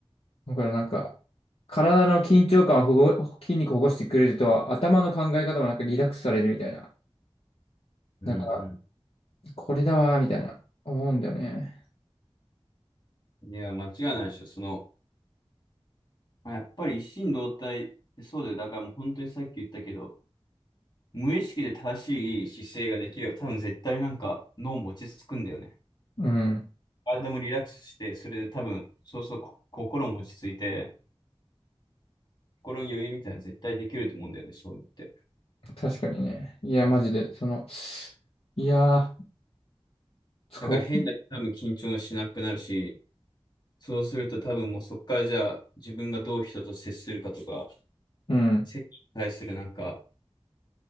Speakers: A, on the left (about 70°); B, on the left (about 45°).
A: だからなんか、体の緊張感をほご、筋肉をほぐしてくれると、頭の考え方もなんかリラックスされるみたいな。
B: うんう
A: だから、これだわーみたいな、思うんだよね。
B: ん。いや、間違いないでしょ。その、まあ、やっぱり一心同体、そうだよ。だからもう本当にさっき言ったけど、無意識で正しい姿勢ができれば、多分絶対なんか脳も落ち着くんだよね。
A: うん。
B: 体もリラックスして、それで多分、そうそう、こ心も落ち着いて、心に余裕みたいなの絶対できると思うんだよね、そう言って。
A: 確かにね。いや、マジで、その、いやー、使う、
B: だから変な、多分緊張しなくなるし、そうすると多分もうそこからじゃあ自分がどう人と接するかとか、
A: うん、
B: 接に対するなんか、